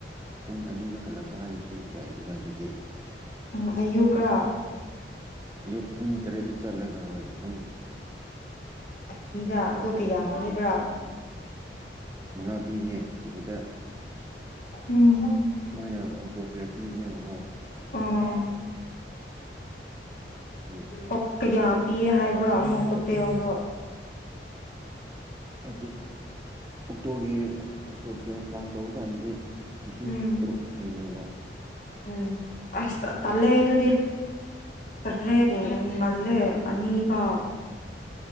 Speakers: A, on the right; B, on the left.
A: ꯄꯨꯡ ꯑꯅꯤꯗ ꯍꯜꯂꯛꯄ ꯍꯥꯏꯕꯁꯨ ꯌꯥꯏꯗꯅ ꯑꯗꯨꯗꯤ
B: ꯎꯝ ꯑꯌꯨꯛꯀ꯭ꯔꯥ
A: ꯑꯌꯨꯛ ꯄꯨꯡ ꯇꯔꯦꯠꯇ ꯆꯠꯂꯒ ꯍꯣꯏ ꯄꯨꯡ
B: ꯑꯅꯤꯗ ꯑꯗꯣ ꯀꯌꯥ ꯄꯤꯕ꯭ꯔꯥ
A: ꯃꯉꯥ ꯄꯤꯕꯅꯦ ꯑꯗꯨꯗ
B: ꯎꯝ
A: ꯃꯣꯏꯅ ꯑꯣꯛꯇꯣ ꯐꯤꯌꯔ ꯄꯤꯕꯅꯦꯕꯀꯣ
B: ꯑ
A: ꯑꯗꯨꯗꯤ
B: ꯑꯣꯛꯇ ꯀꯌꯥ ꯄꯤꯌꯦ ꯍꯥꯏꯕ꯭ꯔꯥ ꯑꯃꯨꯛ ꯇꯣꯇꯦꯜꯗꯣ
A: ꯍꯥꯏꯗꯤ ꯑꯣꯛꯇꯣꯒꯤ ꯑꯣꯛꯇꯣ ꯐꯤꯌꯔ ꯀ꯭ꯂꯥꯁ ꯇꯧꯕ ꯀꯥꯟꯗꯗꯤ ꯂꯤꯁꯤꯡ
B: ꯎꯝ
A: ꯇꯔꯨꯛ ꯍꯦꯜꯂꯦꯕ
B: ꯎꯝ ꯑꯁ ꯇꯜꯂꯦ ꯑꯗꯨꯗꯤ
A: ꯑꯗꯨ
B: ꯇꯔꯦꯠ ꯍꯦꯟꯃꯜꯂꯦ ꯑꯅꯤꯕꯥꯎ